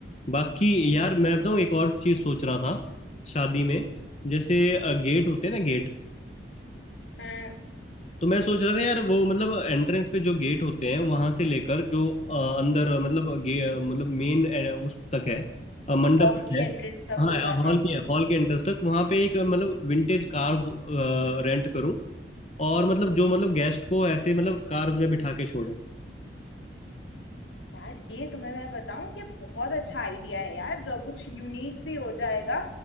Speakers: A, on the left (about 35°); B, on the left (about 85°).
A: बाकी यार मैं बताऊँ एक और चीज़ सोच रहा था शादी में जैसे गेट होते हैं ना गेट,
B: हाँ
A: तो मैं सोच रहा था यार वो मतलब एंट्रेंस पे जो गेट होते हैं वहां से लेकर जो अ, अंदर अ, मतलब गे अ, मतलब मेन उस तक है अ, मंडप
B: हॉल
A: तक
B: की
A: है
B: एंट्रेंस तक
A: हाँ
B: होगा
A: हॉल के हॉल के एंट्रेंस तक वहां पे एक अ, मतलब विंटेज कार्स रेंट करूं और मतलब जो मतलब गेस्ट को ऐसे मतलब कार्स में बिठा के छोड़े
B: यार ये तुम्हें मैं बताऊं ये बहुत अच्छा आइडिया है यार अ, कुछ यूनिक भी हो जाएगा